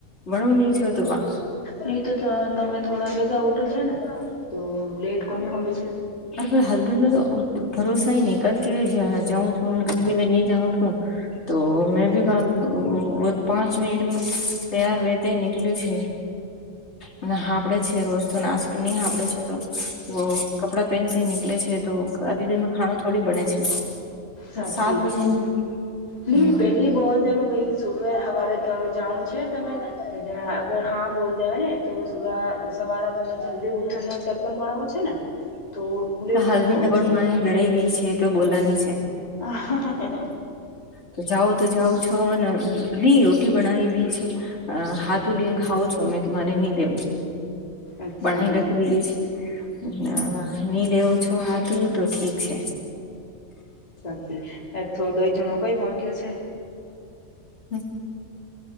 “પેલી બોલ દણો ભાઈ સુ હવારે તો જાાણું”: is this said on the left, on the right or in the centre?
Left